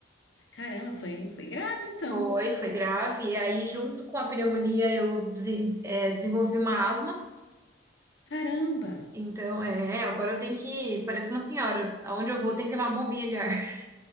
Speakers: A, on the left; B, on the right.
A: Caramba, foi, foi grave então.
B: Foi, foi grave. E aí, junto com a pneumonia, eu desen- é, desenvolvi uma asma.
A: Caramba.
B: Então, é, agora eu tenho que. Parece uma senhora, aonde eu vou, tem que levar uma bombinha de ar. <laughs>